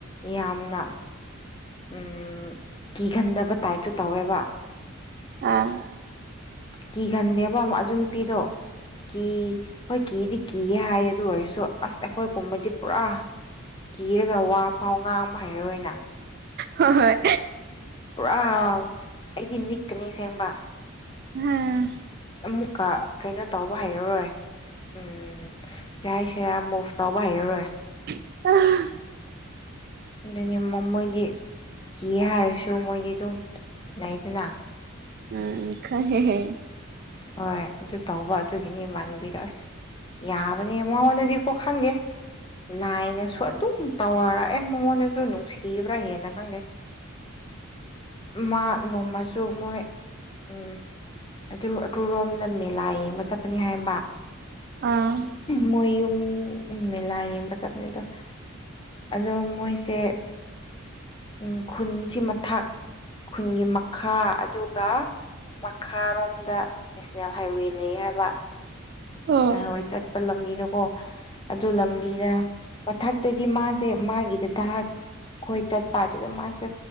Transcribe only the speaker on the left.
ꯌꯥꯝꯅ ꯎꯝ ꯀꯤꯒꯟꯗꯕ ꯇꯥꯏꯞꯇ ꯇꯧꯋꯦꯕ
ꯀꯤꯒꯟꯗꯦꯕ ꯑꯝ ꯑꯗꯨ ꯅꯨꯄꯤꯗꯣ ꯀꯤ ꯍꯣꯏ ꯀꯤꯗꯤ ꯀꯤꯌꯦ ꯍꯥꯏꯌꯦ ꯑꯗꯨ ꯑꯣꯏꯔꯁꯨ ꯑꯁ ꯑꯩꯈꯣꯏ ꯀꯨꯝꯕꯗꯤ ꯄꯨꯔꯥ ꯀꯤꯔꯒ ꯋꯥ ꯐꯥꯎ ꯉꯥꯡꯕ ꯍꯩꯔꯔꯣꯏꯅ
ꯄꯨꯔꯥ ꯑꯩꯗꯤ ꯅꯤꯛꯀꯅꯤ ꯑꯁꯦꯡꯕ
ꯑꯃꯨꯛꯀ ꯀꯩꯅꯣ ꯇꯧꯕ ꯍꯩꯔꯔꯣꯏ ꯎꯝ ꯀ꯭ꯔꯤ ꯍꯥꯏꯁꯤꯔꯥ ꯃꯨꯚ ꯇꯧꯕ ꯍꯩꯔꯔꯣꯏ
ꯑꯗꯨꯅꯦ ꯃ ꯃꯣꯏꯗꯤ ꯀꯤꯌꯦ ꯍꯥꯏꯔꯁꯨ ꯃꯣꯏꯗꯤ ꯑꯗꯨꯝ ꯂꯩꯗꯅ
ꯍꯣꯏ ꯑꯗꯨ ꯇꯧꯕ ꯑꯗꯨꯒꯤꯅꯦ ꯏꯃꯥꯟꯅꯕꯤꯗꯣ ꯑꯁ ꯌꯥꯕꯅꯦ ꯃꯉꯣꯟꯗꯗꯤ ꯀꯣ ꯈꯪꯗꯦ ꯂꯥꯏꯅꯁꯨ ꯑꯗꯨꯝ ꯇꯧꯔꯛꯑꯦ ꯃꯉꯣꯟꯗꯁꯨ ꯅꯨꯡꯁꯤꯕ꯭ꯔꯥ ꯍꯦꯟꯅ ꯈꯪꯗꯦ ꯃꯥ ꯅꯣꯡꯃꯁꯨ ꯃꯣꯏ ꯎꯝ ꯑꯗꯨ ꯑꯗꯨꯔꯣꯝꯗ ꯃꯦꯂꯥ ꯌꯦꯡꯕ ꯆꯠꯄꯅꯦ ꯍꯥꯏꯕ
ꯃꯣꯏꯌꯨꯝ ꯃꯦꯂꯥ ꯌꯦꯡꯕ ꯆꯠꯄꯅꯦ ꯑꯗꯣ ꯑꯗꯣ ꯃꯣꯏꯁꯦ ꯎꯝ ꯈꯨꯟꯁꯤ ꯃꯊꯛ ꯈꯨꯟꯒꯤ ꯃꯈꯥ ꯑꯗꯨꯒ ꯃꯈꯥꯔꯣꯝꯗ ꯅꯦꯁꯅꯦꯜ ꯍꯥꯏꯋꯦ ꯂꯩ ꯍꯥꯏꯕ
ꯏꯁ ꯑꯍꯋꯥꯏ ꯆꯠꯄ ꯂꯝꯕꯤꯗꯣꯀꯣ ꯑꯗꯨ ꯂꯝꯕꯤꯗ ꯃꯊꯛꯇꯗꯤ ꯃꯥꯁꯦ ꯃꯥꯒꯤꯗ ꯗꯥꯛ ꯈꯣꯏ ꯆꯠꯄ ꯑꯗꯨꯗ ꯃꯥꯁꯦ